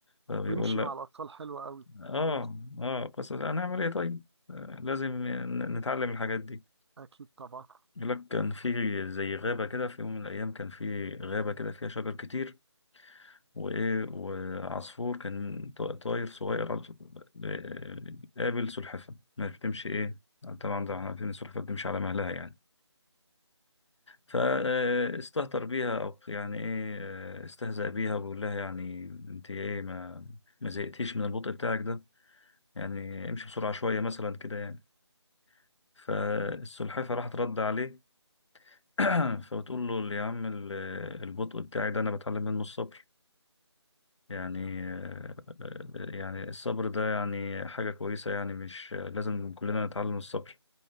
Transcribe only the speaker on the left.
فبيقول
لك
آه
آه قصة هنعمل إيه طيب آه، لازم ن- نتعلم الحاجات دي
يقول لك كان في زي غابة كده في يوم من الأيام كان في غابة كده فيها شجر كتير وإيه وعصفور كان ط- طاير صغير عص- آه، قابل سلحفاة ما بتمشي إيه طبعا ده احنا عارفين إن السلحفاة بتمشي على مهلها يعني فاستهتر بيها أو يعني إيه آه، استهزأ بيها وبيقول لها يعني أنت إيه ما ما زهقتيش من البطء بتاعك ده يعني امشي بسرعة شوية مثلا كده يعني فالسلحفاة راحت رد عليه <clears throat> فبتقول له يا عم ال- البطء بتاعي ده انا بتعلم منه الصبر يعني آه، آه، يعني الصبر ده يعني حاجة كويسة يعني مش لازم كلنا نتعلم الصبر